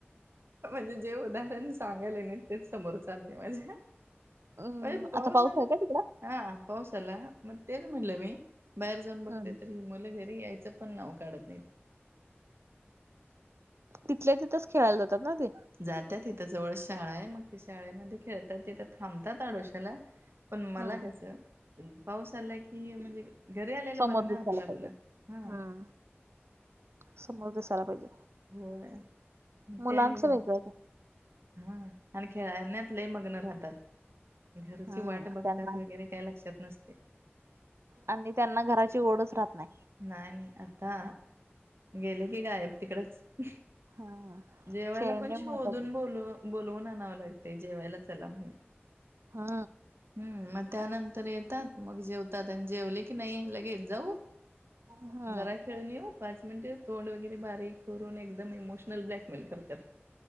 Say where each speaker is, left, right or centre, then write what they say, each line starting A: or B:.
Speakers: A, on the right; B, on the right.
A: म्हणजे जे उदाहरण सांगायल आहे नाही तेच समोर चाललंय माज्या
B: हम्म
A: अ पाऊस
B: आता
A: आला
B: आहे का तिकडं
A: हा पाऊस आला मग तेच म्हणलं मी बाहेर जाऊन.
B: हम्म
A: ते तरी मुलं घरी यायचं पण नाव काढत नाही.
B: तिथल्या तिथच खेळायला जातात ना ते
A: जातात इथं जवळ शाळा आहे मग ती शाळेमध्ये खेळतात तिथं थांबतात आडोश्याला पण मला
B: हम्म
A: कसं पाऊस आला की म्हणजे घरी आलेलं
B: समोर
A: बरं ना
B: दिसायला
A: आपलं आपलं
B: पाहिजे
A: हा
B: हम्म समोर दिसायला पाहिजे
A: होय
B: मुलांचं
A: ते आणि जाऊन
B: वेगळंय
A: हा आणि खेळाण्यात लय मग्न राहतात घरची
B: हम्म
A: वाट बघत्यात
B: त्यांना
A: वगैरे काय लक्षात नसतय
B: आणि त्यांना घराची ओढच राहत नाय
A: नाही आता गेले की गायप तिकडचं
B: हम्म
A: जेवायला
B: खेळणे
A: पण शोधून
B: महत्वाचं
A: बोल बोलवून आणावं लागतय जेवायला चला म्हणून
B: हा
A: हम् मग त्यानंतर येतात मग जेवतात आणि जेवले की नाही लगेच जाऊ?
B: हम्म
A: जरा खेळून येऊ? पाच मिनटे तोंड वगैरे बारीक करून एकदम इमोशनल ब्लॅकमेल करत्यात